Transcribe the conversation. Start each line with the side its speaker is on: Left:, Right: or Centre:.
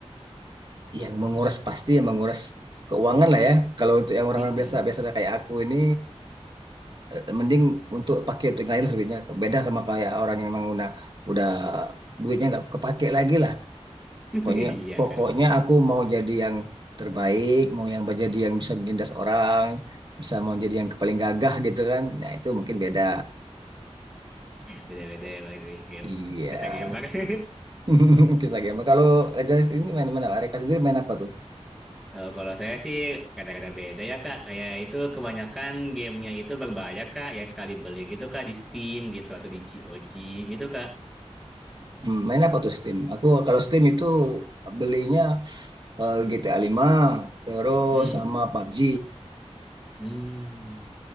Right: yang menguras pasti yang menguras keuangan lah ya. Kalau untuk yang orang
Centre: Mm-mm.
Right: biasa biasa kayak aku ini eh, mending untuk pakai untuk yang lain lah duitnya. Beda sama kayak orang yang emang udah udah duitnya nggak kepake lagi lah.
Centre: <laughs>
Right: Pokoknya
Centre: Iya,
Right: pokoknya
Centre: Kak.
Right: aku mau jadi yang terbaik, mau yang jadi yang bisa menindas orang, bisa mau jadi yang paling gagah gitu kan. Nah, itu mungkin beda.
Centre: Beda-beda emang sih game.
Right: Iya.
Centre: Tesa gambar. <laughs>
Right: <laughs> Kisah game. Kalau Raja ini main mana? Mereka sendiri main apa tuh?
Centre: Eh, kalau saya sih kadang-kadang beda ya Kak. Kayak itu kebanyakan gamenya itu berbayar Kak. Yang sekali beli gitu Kak di Steam gitu atau di GOG gitu Kak.
Right: Hmm, main apa tuh Steam? Aku kalau Steam itu belinya eh, GTA 5 terus
Centre: mm
Right: sama PUBG.
Centre: Hmm.